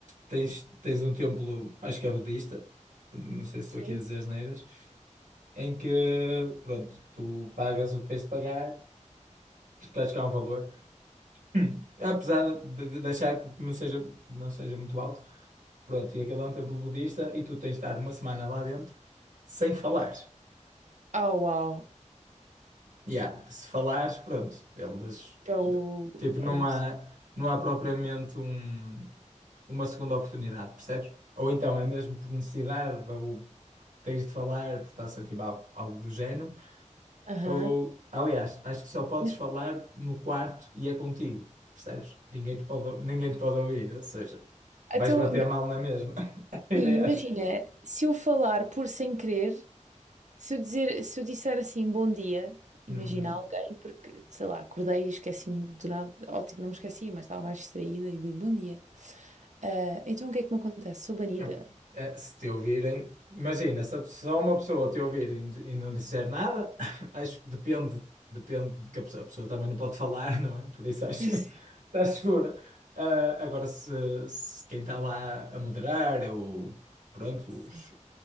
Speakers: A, on the right; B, on the right.
A: tens, tens um templo, acho que é budista, não sei se
B: sim.
A: estou aqui a dizer asneiras, em que, pronto, tu pagas o que tens de pagar, acho que há um valor, <clears throat> apesar de, de de achar que não seja, não seja muito alto, pronto, e aquele é um templo budista e tu tens de estar uma semana lá dentro sem falar.
B: Oh, uau!
A: Yeah, se falares, pronto, eles
B: É o.
A: tipo, não
B: É o...
A: há, não há propriamente um, uma segunda oportunidade, percebes? Ou então é mesmo por necessidade, ou tens de falar, por estás a sentir algo, algo do género,
B: Aham.
A: ou aliás, acho que só podes
B: <laughs>
A: falar no quarto e é contigo, percebes? Ninguém te pode, ou- ninguém te pode ouvir, ou seja, vais
B: Então,
A: bater
B: mas
A: mal na mesma. <laughs> Ideias.
B: sim, imagina, se eu falar por sem querer, se eu dizer, se eu disser assim bom dia, imagina
A: Não.
B: a alguém, porque sei lá, acordei e esqueci-me do nada, ótimo, não me esqueci, mas estava mais distraída e digo bom dia. Ah, então o que é que me acontece? Sou banida.
A: Eu- eh, Se te ouvirem, imagina, se a pessoa- só uma pessoa te ouvir e, n- e não disser nada, <laughs> acho que depende, depende de que a pessoa, a pessoa também não pode falar, não é? Por isso acho
B: <laughs>
A: que <laughs> estás segura. Ah, agora, se, se quem está lá a moderar ou pronto,
B: Sim,
A: os,
B: sim.